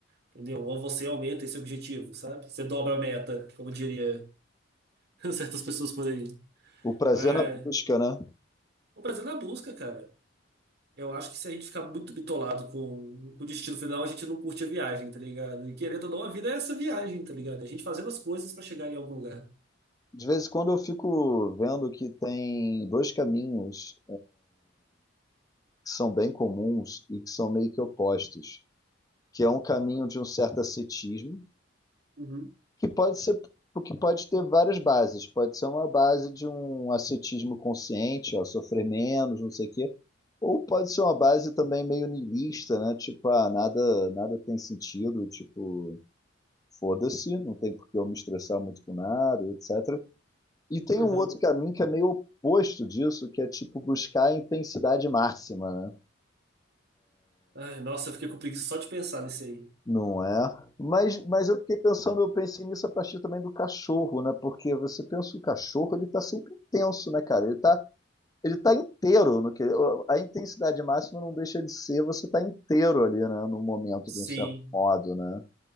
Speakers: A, on the right (about 60°); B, on the left (about 20°).
A: entendeu? Ou você aumenta esse objetivo, sabe? Você dobra a meta, como diria <laughs> certas pessoas por aí.
B: O prazer
A: Mas
B: na busca, né?
A: o prazer na busca, cara. Eu acho que se a gente ficar muito bitolado com, com o destino final, a gente não curte a viagem, tá ligado? E querendo ou não, a vida é essa viagem, tá ligado? A gente fazendo as coisas pra chegar em algum lugar.
B: De vez em quando eu fico vendo que tem dois caminhos que são bem comuns e que são meio que opostos, que é um caminho de um certo ascetismo
A: Uhum.
B: que pode ser, que pode ter várias bases. Pode ser uma base de um ascetismo consciente, ó, sofrer menos, não sei o quê. Ou pode ser uma base também meio niilista, né? Tipo, ah, nada, nada tem sentido, tipo, foda-se, não tem por que eu me estressar muito com nada, etc. E tem
A: Uhum.
B: um outro caminho que é meio oposto disso, que é tipo buscar a intensidade máxima, né?
A: Ai, nossa, eu fiquei com preguiça só de pensar nisso aí.
B: Não é? Mas, mas eu fiquei pensando, eu pensei nisso a partir também do cachorro, né? Porque você pensa o cachorro, ele tá sempre intenso, né, cara? Ele tá, ele tá inteiro no que a intensidade máxima não deixa de ser, você tá inteiro ali, né, no momento
A: Sim,
B: de um certo modo, né?